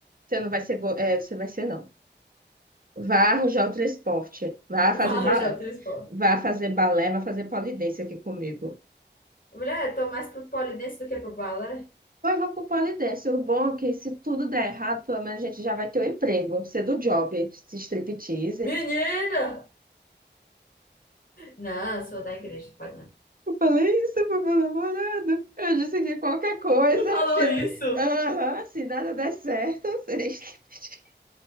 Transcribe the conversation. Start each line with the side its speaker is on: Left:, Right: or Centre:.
Right: Você não vai ser, go- é, você vai ser, não. Vá arranjar o transporte. Vá fazer,
Left: <laughs> Fala,
Right: ba...
Left: João Trispó.
Right: vá fazer balé, vá fazer polidência aqui comigo.
Left: Mulher, eu tô mais pro polidense do que pro balé.
Right: Vai, vamos pro polidência. O bom é que se tudo der errado, pelo menos a gente já vai ter o emprego. Ser do job, se striptease.
Left: Menina! Não, eu sou da igreja, pode não.
Right: Eu falei isso pro meu namorado. Eu disse que qualquer coisa,
Left: Tu falou
Right: se,
Left: isso?
Right: Aham, se nada der certo, <laughs> seria striptease.